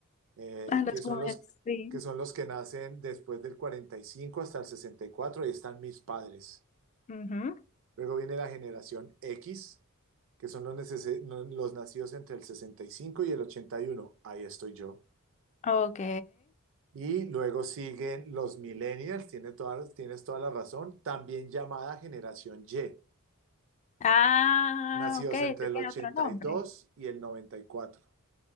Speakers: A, on the right (about 60°); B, on the left (about 30°).
A: eh,
B: A las
A: que son
B: mujeres,
A: los,
B: sí.
A: que son los que nacen después del 45 hasta el sesenta y cuatro ahí están mis padres.
B: Ujú,
A: Luego viene la generación X, que son los, los nacidos entre el sesenta y cinco y el 81. Ahí estoy yo.
B: Ok.
A: Y luego siguen los millennials, tiene toda- tienes toda la razón, también llamada generación Y,
B: Ah,
A: nacidos
B: ok, eso
A: entre el
B: tiene
A: ochenta
B: otro nombre.
A: y dos y el noventa Y cuatro.